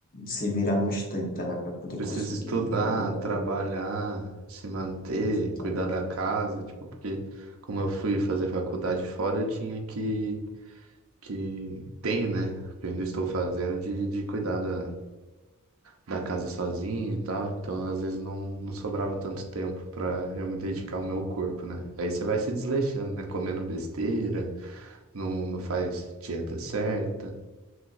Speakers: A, on the left (about 40°); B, on the right (about 70°).
A: se virar nos 30, né? Para poder
B: Precisa
A: conseguir
B: estudar,
A: lidar
B: trabalhar, se manter,
A: com isso então.
B: cuidar da casa, tipo, porque como eu fui fazer faculdade fora, eu tinha que, que tenho, né? Que eu ainda estou fazendo de, de cuidar da, da casa sozinho e tal. Então, às vezes não, não sobrava tanto tempo para eu me dedicar ao meu corpo, né? Aí você vai se desleixando, né? Comendo besteira, não, não faz dieta certa.